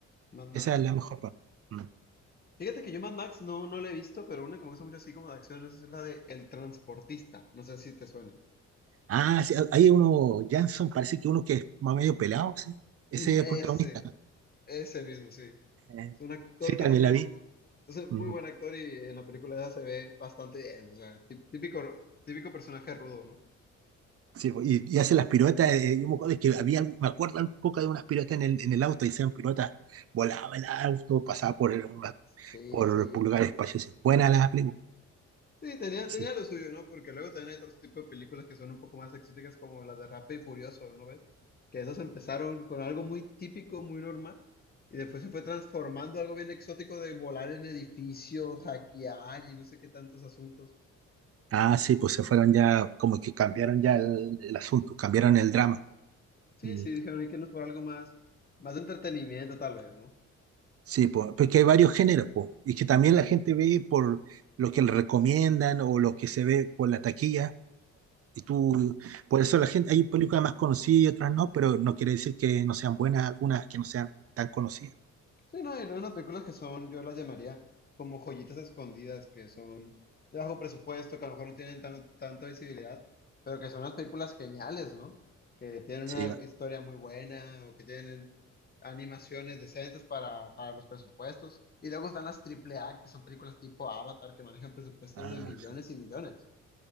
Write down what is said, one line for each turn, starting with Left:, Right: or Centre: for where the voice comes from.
Left: Mad Max.
Right: Esa es la mejor parte. Mm.
Left: Fíjate que yo Mad Max no, no la he visto, pero una que me gusta mucho así como de acción es la de El Transportista. No sé si te suene.
Right: Ah, sí, hay uno, Jansson, parece que uno que es más medio pelado, sí.
Left: Mm,
Right: Ese es
Left: Ese,
Right: el protagonista. ¿no?
Left: ese mismo, sí.
Right: Eh,
Left: Es un actor
Right: Sí,
Left: que
Right: también
Left: tiene
Right: la
Left: un...
Right: vi.
Left: Es un
Right: Mm.
Left: muy buen actor y en la película se ve bastante bien. O sea, tí- típico, típico personaje rudo, ¿no?
Right: Sí, po, y, y hace las piruetas. eh, yo me acuerdo que había, algo- me acuerdo un poco de unas piruetas en el, en el auto, hicieron piruetas, volaba el auto, pasaba por, el- una-
Left: Sí,
Right: por,
Left: sí.
Right: por lugares espaciosos. Buena la película.
Left: Sí, tenía,
Right: Sí.
Left: tenía lo suyo, ¿no? Porque luego también hay otros tipos de películas que son un poco más exóticas, como las de Rápido y Furioso, ¿no ves? Que esas empezaron con algo muy típico, muy normal, y después se fue transformando a algo bien exótico de volar en edificios, hackear y no sé qué tantos asuntos.
Right: Ah, sí, pues se fueron ya, como que cambiaron ya el, el asunto, cambiaron el drama.
Left: Sí,
Right: Mm.
Left: sí, dijeron, hay que irnos por algo más, más de entretenimiento, tal vez, ¿no?
Right: Sí, po, porque hay varios géneros, po, y que también la gente ve por lo que le recomiendan o lo que se ve por la taquilla. Y tú, por eso la gente, hay películas más conocidas y otras no, pero no quiere decir que no sean buenas algunas que no sean tan conocidas.
Left: Sí, no, y luego unas películas que son, yo las llamaría como joyitas escondidas, que son de bajo presupuesto, que a lo mejor no tienen tan- tanta visibilidad, pero que son unas películas geniales, ¿no? Que tienen
Right: Sí,
Left: una
Right: va-
Left: historia muy buena o que tienen animaciones decentes para, para los presupuestos. Y luego están las triple A, que son películas tipo Avatar, que manejan presupuestos
Right: ah,
Left: de millones y millones.